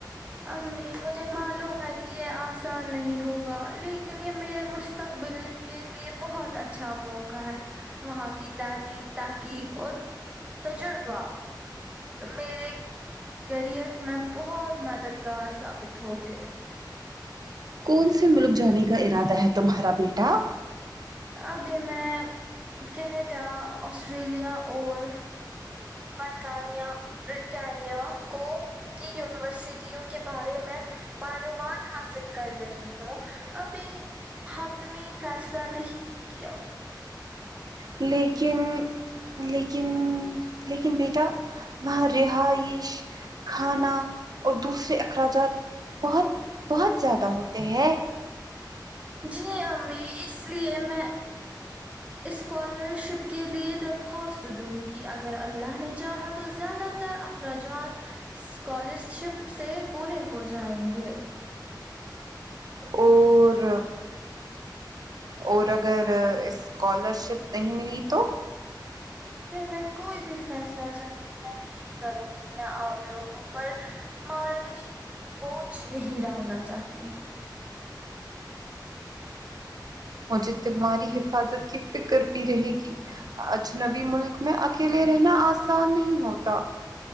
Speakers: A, on the right; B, on the right.
A: امی مجھے معلوم ہے کہ یہ آسان نہیں ہوگا لیکن یے میرے مستقبل کے لیے بہت اچھا موقع ہے وہاں کی تعلیم تحقیق اور تجربہ میرے کریئر میں بہت مددگار ثابت ہو گئے
B: کون سے ملک جانے کا ارادہ ہے تمہارا بیٹا
A: ابھی میں کینیڈا آسٹریلیا اور برطانیہ بریٹانیہ کو کی یونیورسٹیوں کے بارے میں معلومات حاصل کر رہی ہوں ابھی حتمی فیصلہ نہیں کیا
B: لیکن لیکن لیکن بیٹا وہاں رہائش کھانا اور دوسرے اخراجات بہت بہت زیادہ ہوتے ہیں
A: جی امی اس لیے میں اسکالر شپ کے لیے درخواست دوں گی اگر اللہ نے چاہا تو زیادہ تر اخراجات اسکالرشپ سے پورے ہو جائیں گے ج
B: اور اور اگر اسکالرشپ نہیں ملی تو
A: پھر میں کوئی بھی فیصلہ چل گ میں نہیں کروں گی میں آپ لوگوں پر مالی پوچھ نہیں ڈالنا چاہتی
B: مجھے تمہاری حفاظت کی فکر رہے گی اجنبی ملک میں اکیلے رہنا آسان نہیں ہوتا